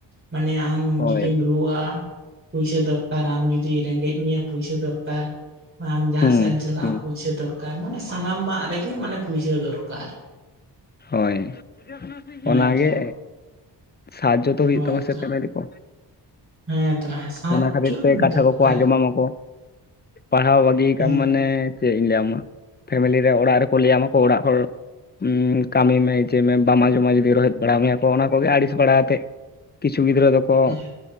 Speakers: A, on the right (about 30°); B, on the left (about 25°).
A: ᱢᱟᱱᱮ ᱟᱢ
B: ᱦᱳᱭ
A: ᱡᱩᱫᱤᱢ ᱨᱩᱣᱟᱹᱜᱼᱟ ᱯᱩᱭᱥᱟᱹ ᱫᱚᱨᱠᱟᱨ ᱟᱢ ᱡᱩᱫᱤ ᱨᱮᱸᱜᱮᱡ ᱢᱮᱭᱟ ᱯᱩᱭᱥᱟᱹ ᱫᱚᱨᱠᱟᱨ ᱟᱢ ᱡᱟᱦᱟᱸ
B: ᱦᱩᱸ
A: ᱥᱮᱫ ᱮᱢ ᱪᱟᱞᱟᱜᱼᱟ
B: ᱦᱩᱸ
A: ᱯᱩᱭᱥᱟᱹ ᱫᱚᱨᱠᱟᱨ ᱢᱟᱱᱮ ᱥᱟᱱᱟᱢᱟᱜ ᱨᱮᱜᱮ ᱢᱟᱱᱮ ᱯᱩᱭᱥᱟᱹ ᱫᱚᱨᱠᱟᱨ
B: ᱦᱳᱭ
A: ᱦᱮᱸ
B: ᱚᱱᱟᱜᱮ
A: ᱛᱚ
B: ᱥᱟᱦᱟᱡᱡᱚ ᱫᱚ ᱦᱩᱭᱩᱜ
A: ᱦᱳᱭ
B: ᱛᱟᱢᱟ ᱥᱮ
A: ᱛᱚ
B: ᱯᱷᱮᱢᱮᱞᱤ ᱠᱚ
A: ᱦᱮᱸ ᱛᱚ ᱦᱮᱸ ᱥᱟᱦᱟᱡᱡᱚ
B: ᱚᱱᱟ ᱠᱷᱟᱹᱛᱤᱨ ᱛᱮ ᱠᱟᱛᱷᱟ
A: ᱫᱚᱨᱠᱟᱨ
B: ᱠᱚᱠᱚ ᱟᱸᱡᱚᱢᱟᱢᱟ ᱠᱚ ᱯᱟᱲᱦᱟᱣ ᱵᱟᱹᱜᱤ ᱟᱠᱟᱢ
A: ᱦᱮᱸ
B: ᱢᱟᱱᱮ ᱪᱮᱫ ᱤᱧ ᱞᱟᱹᱭ ᱟᱢᱟ ᱯᱷᱮᱢᱮᱞᱤ ᱨᱮ ᱚᱲᱟᱜ ᱨᱮᱠᱚ ᱞᱟᱹᱭᱟᱢᱟᱠᱚ ᱚᱲᱟᱜ ᱦᱚᱲ ᱦᱩᱢ ᱠᱟᱹᱢᱤ ᱢᱮ ᱡᱮ ᱢᱮ ᱵᱟᱢ ᱟᱸᱡᱚᱢᱟ ᱡᱩᱫᱤ ᱨᱩᱦᱮᱫ ᱵᱟᱲᱟ ᱢᱮᱭᱟ ᱠᱚ ᱚᱱᱟ ᱠᱚᱜᱮ ᱟᱹᱲᱤᱥ ᱵᱟᱲᱟ ᱟᱛᱮᱫ ᱠᱤᱪᱷᱩ ᱜᱤᱫᱽᱨᱟᱹ ᱫᱚᱠᱚ
A: ᱦᱮᱸ